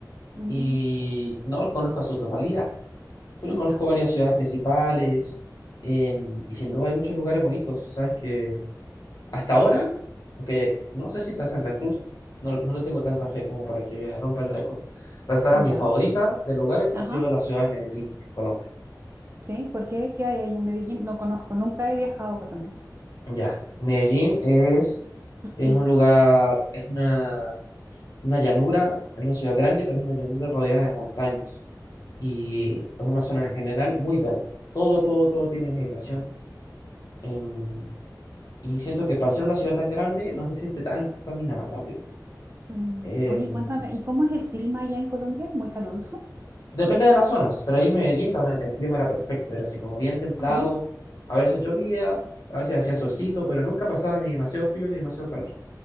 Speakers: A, on the right; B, on the left.
A: Mm,
B: Y no los conozco a su totalidad, pero conozco
A: ya,
B: varias ciudades principales. em, y sin duda hay muchos lugares bonitos. Sabes que hasta ahora, aunque no sé si está Santa Cruz, no, no le tengo tanta fe como para que rompa el récord. Pero hasta ahora
A: ya.
B: mi favorita de lugares
A: Ajá.
B: ha sido la ciudad de Medellín, en Colombia.
A: ¿Sí? ¿Por qué? ¿Qué hay ahí en Medellín? No conozco, nunca he viajado a Colombia.
B: Ya, Medellín es,
A: <clears throat>
B: es un lugar, es una una llanura, es una ciudad grande, pero es una llanura rodeada de montañas. Y es una zona en general muy verde. Todo, todo, todo tiene vegetación. em, y siento que para ser una ciudad tan grande no se siente tan contaminada también.
A: Mm,
B: Em,
A: Oye, cuéntame, ¿y cómo es el clima allá en Colombia? ¿Muy caluroso?
B: depende de las zonas, pero ahí en Medellín también el clima era perfecto. Era así como bien templado.
A: ¿Sí?
B: A veces llovía, a veces hacía solcito, pero nunca pasaba ni demasiado frío ni demasiado calor.